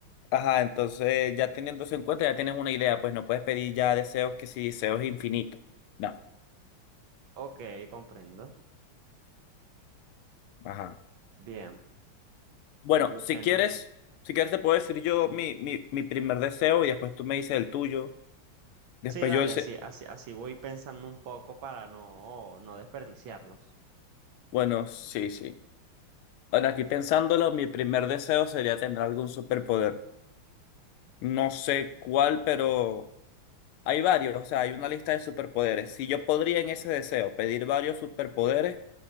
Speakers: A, on the left; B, on the right.
A: ajá, entonces ya teniendo eso en cuenta, ya tienes una idea, pues no puedes pedir ya deseos que si deseos infinitos. No,
B: Ok, comprendo.
A: ajá.
B: Bien.
A: Bueno,
B: Bueno.
A: si quieres, si quieres te puedo decir yo mi, mi, mi primer deseo y después tú me dices el tuyo. Después
B: Sí, dale,
A: yo el... se-
B: así, así, así voy pensando un poco para no, no desperdiciarlos.
A: Bueno, sí, sí. Bueno, aquí pensándolo, mi primer deseo sería tener algún superpoder. No sé cuál, pero... Hay varios, o sea, hay una lista de superpoderes. Si yo podría en ese deseo pedir varios superpoderes,